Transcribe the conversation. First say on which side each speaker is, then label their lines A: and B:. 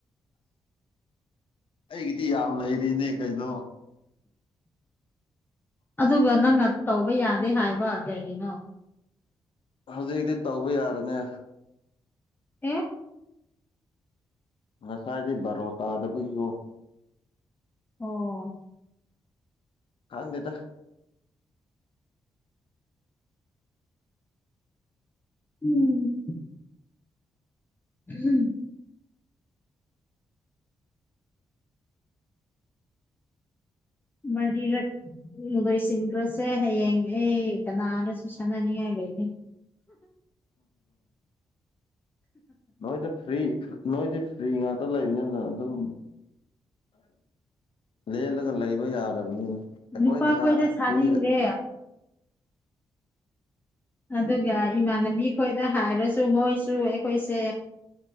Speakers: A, on the left (about 55°); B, on the left (about 20°).
A: ꯑꯩꯒꯤꯗꯤ ꯌꯥꯝ ꯂꯩꯔꯤꯅꯦ ꯀꯩꯅꯣ
B: ꯑꯗꯨꯒ ꯅꯪꯅ ꯇꯧꯕ ꯌꯥꯗꯦ ꯍꯥꯏꯕ ꯀꯩꯒꯤꯅꯣ
A: ꯍꯧꯖꯤꯛꯗꯤ ꯇꯧꯕ ꯌꯥꯔꯅꯦ
B: ꯑ
A: ꯉꯁꯥꯏꯗꯤ ꯕꯥꯔꯣ ꯇꯥꯗꯕꯒꯤꯀꯣ
B: ꯑꯣ
A: ꯈꯥꯎ ꯅꯦꯇ
B: ꯎꯝ ꯍꯝ ꯃꯔꯤꯔꯛ ꯂꯣꯏꯁꯤꯟꯈ꯭ꯔꯁꯦ ꯍꯌꯦꯡ ꯑꯩ ꯀꯅꯥꯗꯁꯨ ꯁꯥꯟꯅꯅꯤꯡꯉꯥꯏ ꯅꯦ
A: ꯅꯣꯏꯗ ꯐ꯭ꯔꯤ ꯅꯣꯏꯗꯤ ꯐ꯭ꯔꯤ ꯉꯥꯛꯇ ꯂꯩꯕꯅꯤꯅ ꯑꯗꯨꯕꯨꯅꯤ ꯂꯦꯜꯂꯒ ꯂꯩꯕ ꯌꯥꯔꯕꯅꯤꯅ ꯑꯩꯈꯣꯏꯅꯒ
B: ꯅꯨꯄꯥꯈꯣꯏꯗ ꯁꯥꯅꯤꯡꯗꯦ
A: ꯄꯤꯒ
B: ꯑꯗꯨꯒ ꯏꯃꯥꯟꯅꯕꯤ ꯈꯣꯏꯗ ꯍꯥꯏꯔꯁꯨ ꯃꯣꯏꯁꯨ ꯑꯩꯈꯣꯏꯁꯦ